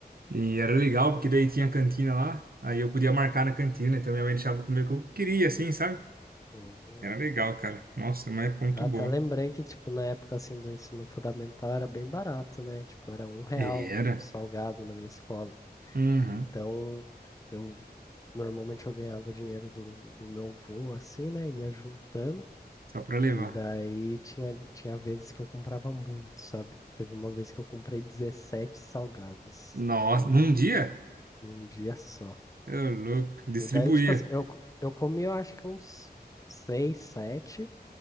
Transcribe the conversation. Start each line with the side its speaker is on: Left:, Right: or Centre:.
Right: E era legal, porque daí tinha a cantina lá, aí eu podia marcar na cantina, então minha mãe deixava eu comer o que eu queria, assim, sabe?
Left: Uhum.
Right: Era legal, cara. Nossa, é uma época muito
Left: Até
Right: boa.
Left: lembrei que, tipo, na época, assim, do ensino fundamental era bem barato, né? Tipo, era um real
Right: Era.
Left: salgado na minha escola.
Right: Uhum.
Left: Então, eu normalmente eu ganhava o dinheiro do, do meu avô, assim, né? Ia juntando.
Right: Só pra levar.
Left: E daí tinha, tinha vezes que eu comprava muito, sabe? Teve uma vez que eu comprei 17 salgados
Right: Nossa,
Left: num,
Right: num dia?
Left: num dia só.
Right: Eu louco, distribuía.
Left: E daí, tipo assim, eu, co- eu comi, eu acho que uns 6 7